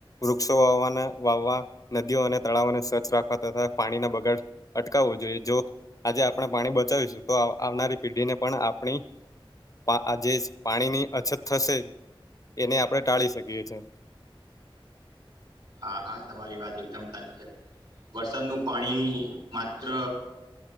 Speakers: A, on the left; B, on the right.
A: વૃક્ષો વાવવાના વાવવા, નદીઓ અને તળાવોને સ્વચ્છ રાખવા તથા પાણીના બગાડ અટકાવવું જોઈએ. જો આજે આપણે પાણી બચાવીશું તો આવનારી પેઢીને પણ આપણી આ જે પાણીની અછત થશે એને આપણે ટાળી શકીએ છેએ.
B: હા હા તમારી વાત એકદમ સાચી છે વરસાદનું પાણી માત્ર